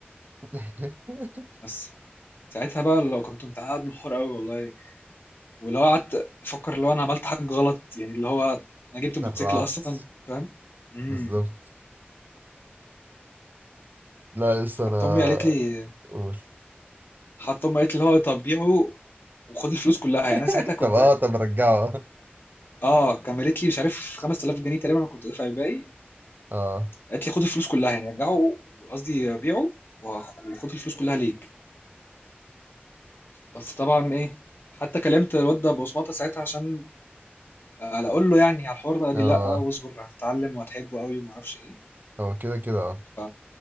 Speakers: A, on the right (about 55°); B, on the left (about 65°).
A: <laughs>
B: بس ساعتها بقى لو كنت متعقد من الحوار قوي والله ولو قعدت افكر اللي هو انا عملت حاجه غلط يعني اللي هو انا جبت الموتوسيكل
A: سرعت
B: اصلا فاهم امم
A: بالظبط لا لسه انا
B: حتى امي قالت لي
A: قول
B: حتى امي قالت لي اللي هو طب بيعه وخد الفلوس كلها يعني انا
A: <laughs>
B: ساعتها كنت
A: طب اه طب رجعه
B: اه كان قالت لي مش عارف 5000 جنيه تقريبا انا كنت دافع الباقي
A: اه
B: قالت لي خد الفلوس كلها يعني رجعه قصدي بيعه وخ- وخد الفلوس كلها ليك بس طبعا ايه حتى كلمت الواد ده بصمته ساعتها عشان على اقول له يعني على الحوار ده قال لي
A: اه
B: لا واصبر هتتعلم وهتحبه قوي وما اعرفش ايه
A: هو كده كده اه
B: ف...